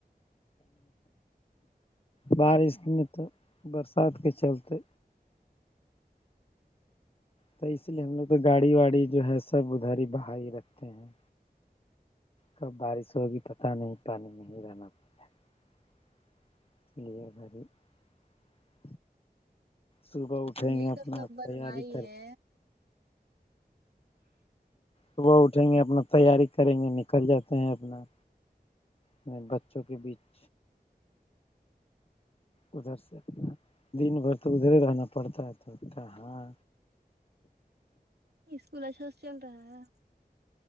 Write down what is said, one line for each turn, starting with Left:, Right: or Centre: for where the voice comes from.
Left: بارش میں تو برسات کے چلتے تو اس لیے ہم لوگ تو گاڑی واڑی جو ہے سب ادھر ہی باہر ہی رکھتے ہیں کب بارش ہوگی پتہ نہیں پانی میں ہی رہنا پڑتا <unintelligible> صبح اٹھیں
Right: تو مل
Left: گے اپنا
Right: کر سب بنوائیے
Left: تیاری کریں صبح اٹھیں گے اپنا تیاری کریں گے نکل جاتے ہیں اپنا میں بچوں کے بیچ ادھر سے نا دن بھر تو ادھر ہی رہنا پڑتا ہے تو ہاں
Right: اسکول اچھا سا چل رہا ہے